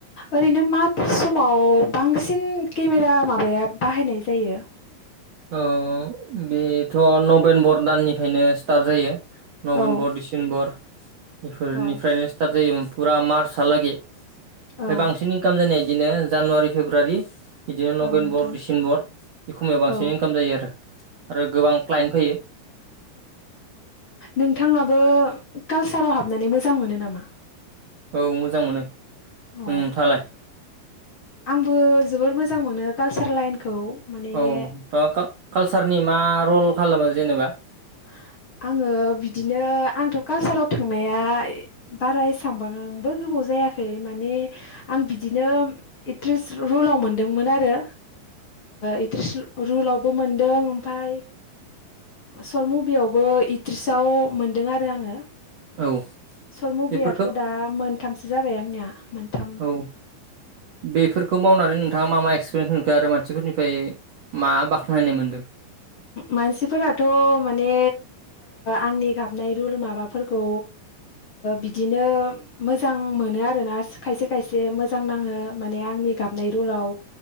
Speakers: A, on the left (about 35°); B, on the right (about 55°).
A: ओरैनो माथो समाव बांसिन। बांसिन केमेरा माबाया बाहायनाय जायो।
B: औ बेथ नभेम्बर दाननिफ्रायनो स्टार्ट जायो। नभेम्बर
A: औ
B: डिसेम्बर बेफोरनिफ्रायनो
A: औ
B: स्टार्ट जायोमोन। फुरा मार्चहालागै ओमफ्राय
A: औ
B: बांसिन इनकाम जानाया बिदिनो जानुवारि फेब्रुवारि। बिदिनो
A: औ
B: नभेम्बर
A: नोंथां
B: डिसेम्बर बेसमायाव बांसिन।
A: औ
B: इनकाम जायो आरो आरो गोबां क्लाइन्ट फैयो।
A: नोंथांङाबो कालसाराव हाबनानै मोजां मोनो नामा।
B: औ मोजां मोनो
A: औ
B: नोंथांआलाय।
A: आंबो जोबोर मोजां मोनो कालचार लाइनखौ। माने
B: औ नोंथांआ कालसारनि मा रल खालामो जेनेबा।
A: <inaudible> आंङो बिदिनो आंथ' कालसाराव थांनाया बारा एसेबांबो गोबाव। जायाखै माने आं बिदिनो एट्रेस रलाव मोनदोंमोन आरो। एक्ट्रेस रलावबो मोनदों ओमफाय। सर्ट मुभियावबो इक्ट्रेसाव मोनदों आरो आंङो।
B: औ
A: सर्ट मुभियाथ
B: बेफोरखौ
A: दा मोनथामसो जाबाय आंनिया मोनथाम।
B: औ बेफोरखौ मावनानै नोंथांङा मा मा एक्सपिरियेन्स मोनखो आरो मानसिफोरनिफ्राय मा बाख्नायनाय मोन
A: मानसिफोराथ माने। आंनि गाबनाय रल माबाफोरखौ बिदिनो मोजां मोनो। मोनो आरोना खायसे खायसे मोजां नांङो माने आंनि गाबनाय रलाव।